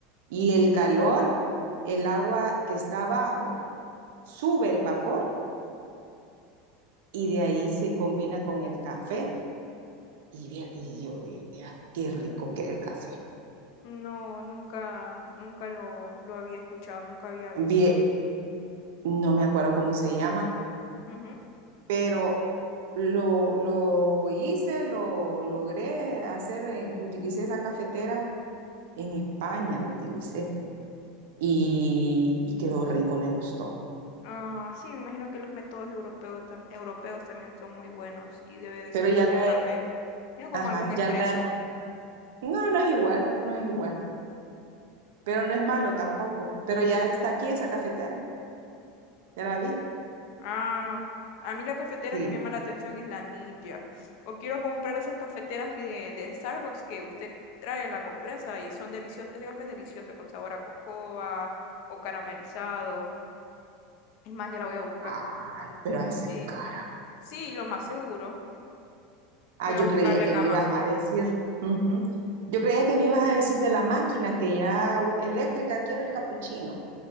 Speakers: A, on the right; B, on the left.
A: Y el calor, el agua que está abajo, sube el vapor y de ahí se combina con el café. Y, vier- y yo, y vieras qué rico queda el café.
B: No, nunca, nunca lo, lo había escuchado, nunca había visto.
A: Bien, no me acuerdo cómo se llama,
B: Ujú.
A: pero lo, lo hice, lo logré hacer, en, utilicé esa cafetera en España lo utilicé y, y quedó rico, me gustó.
B: Ah, sí, me imagino que los métodos europeos, tam- europeos también son muy buenos y debe de
A: Pero
B: ser
A: ya
B: muy buen
A: la,
B: café.
A: he-
B: Mira como
A: ajá,
B: algún expreso.
A: ya la, no, no es igual, no es igual, pero no es malo tampoco. Pero ya está aquí esa cafetera, ya la vi.
B: Ah, a mí la cafetera
A: Sí,
B: que me llama la atención es la Ninja. O quiero comprar esas cafeteras de, de Starbucks que usted trae la compresa y son deliciosas. Ese café es delicioso con sabor a cocoa o caramelizado. Es más, ya la voy a buscar.
A: ay, pero ha de ser
B: Sí,
A: cara.
B: sí, lo más seguro.
A: Ah,
B: Voy
A: yo
B: a buscarla
A: creía que
B: en
A: me
B: Amazon.
A: ibas a decir, ujú. Yo creía que me ibas a decir de la máquina que ya u- eléctrica, quiero el capuchino,